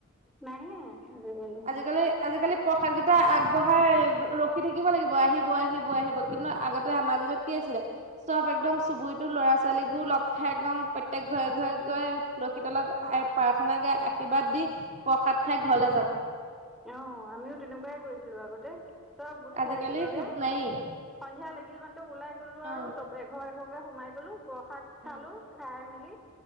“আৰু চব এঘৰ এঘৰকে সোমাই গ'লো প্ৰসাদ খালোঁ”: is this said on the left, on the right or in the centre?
Centre